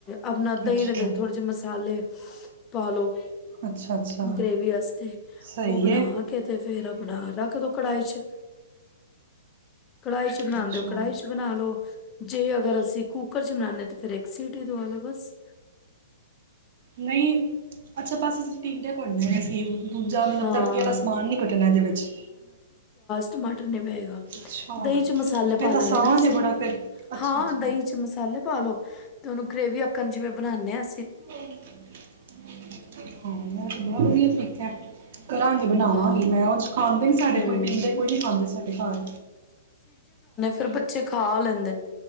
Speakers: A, on the left; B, on the right.
A: ਆਪਣਾ ਦਹੀਂ
B: ਅੱਛਾ
A: ਦੇ ਵਿੱਚ ਥੋੜੇ ਜਿਹੇ ਮਸਾਲੇ <inaudible> ਪਾ ਲੋ
B: ਅੱਛਾ ਅੱਛਾ
A: ਗ੍ਰੇਵੀ ਆਸਤੇ
B: ਸਹੀ
A: ਉਹ ਬਣਾ
B: ਏ,
A: ਕੇ ਤੇ ਫੇਰ ਆਪਣਾ ਕਦੋਂ ਕੜਾਹੀ ਚ? ਕੜਾਹੀ ਚ ਬਨਾ
B: ਅੱਛਾ
A: ਦੇ ਓ ਕੜਾਹੀ ਚ ਬਣਾ ਲੋ। ਜੇ ਅਗਰ ਅਸੀਂ ਕੁੂੱਕਰ ਚ ਬਨਾਨੇ ਤਾਂ ਫਿਰ ਇੱਕ ਸੀਟੀ ਦਵਾ ਲੋ ਬਸ।
B: ਨਈ, ਅੱਛਾ ਬਸ ਅਸੀਂ ਟੀਂਡੇ ਭਰਨੇ ਨੇ ਅਸੀਂ। ਦੂਜਾ ਮਤਲਬ
A: ਹਾਂ
B: ਤੜਕੇ ਵਾਲਾ ਸਮਾਨ ਨਹੀਂ ਕੱਟਣਾ ਇਹਦੇ ਵਿੱਚ
A: ਟਮਾਟ ਨਹੀਂ ਪਏਗਾ
B: ਅੱਛਾ,
A: ਦਹੀਂ ਚ ਮਸਾਲੇ ਪਾ
B: ਇਹ ਤਾਂ
A: ਲਾਂਗੇ
B: ਆਸਾਨ
A: ਨਾ ਅਸੀਂ
B: ਏ ਬੜਾ ਫਿਰ ਅੱਛਾ-ਅੱਛਾ
A: ਹਾਂ ਦਹੀਂ ਚ ਮਸਾਲੇ ਪਾਲੋ ਤੇ ਉਹਨੂੰ ਗ੍ਰੇਵੀ ਆਕਣ ਜਿਵੇਂ ਬਣਾਉਂਦੇ ਹ ਅ
B: ਹਾਂ ਮੈਂ ਤੇ ਬ <unintelligible> ਵਧੀਆ ਠੀਕ ਹੈ ਕਰਾਂਗੇ ਬਣਾਵਾਂਗੀ
A: ਹਾਂ
B: ਮੈਂ ਉਹ ਖਾਂਦੇ ਨਹੀਂ ਸਾਡੇ
A: ਹਮ
B: ਕੋਈ ਟੀਂਡੇ ਕੋਈ ਨਹੀਂ ਖਾਂਦੇ ਸਾਡੇ ਘਰ
A: ਫਰ ਬੱਚੇ ਖਾ ਲੈਂਦੇ